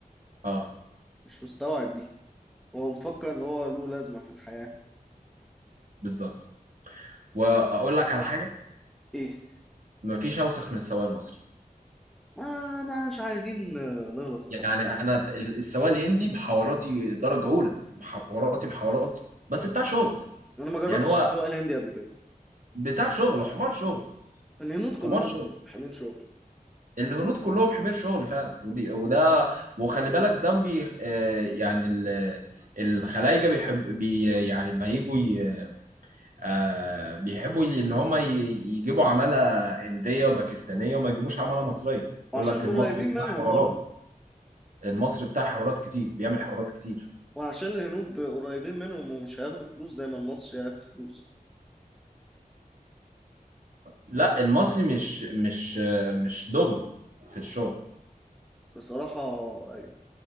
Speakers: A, on the right; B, in the centre.
A: اه
B: مش مستوعب دي هو مفكر ان هو له لازمه في الحياه
A: بالظبط واقول لك على حاجه
B: ايه
A: مفيش اوسخ من السواق المصري
B: ما ما مش عايزين آه، نغلط في
A: يعني
B: حد
A: انا ال- السواق الهندي محاوراتي درجه اولى محاوراتي محاوراتي بس بتاع شغل
B: انا ما جربتش
A: يعني هو
B: السواقه الهندي قبل كده
A: بتاع شغل حمار شغل
B: الهنود كلهم
A: حمار شغل
B: حاملين شغل
A: الهنود كلهم حمير شغل فعلا ودي وده وخلي بالك ده بي آه، يعني ال- الخلايجه بيحب بي يعني ما يجوا ي- آه، بيحبوا ي- ان هم ي- يجيبوا عماله هنديه وباكستانيه وما يجيبوش عماله مصريه يقول
B: وعشان
A: لك المصري
B: قريبين
A: بتاع
B: منهم
A: حوارات
B: برضه
A: المصري بتاع حوارات كتير بيعمل حوارات كتير
B: وعشان الهنود قريبين منهم ومش هياخدوا فلوس زي ما المصري هياخدوا فلوس
A: لا المصري مش مش آه، مش دغري في الشغل
B: بصراحة أيوة